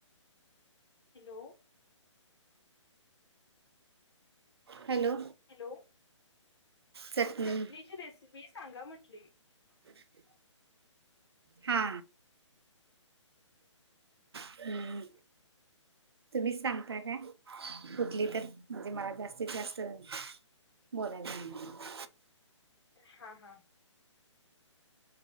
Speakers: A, on the left (about 55°); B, on the right (about 55°).
A: हॅलो
B: हॅलो
A: हॅलो
B: चटणी
A: चटणीची रेसिपी सांगा म्हटली
B: अच्छे हा हम्म तुम्हीच सांगता कायं कुठली तर म्हणजे मला जास्तीत जास्त बोलायला
A: हां हां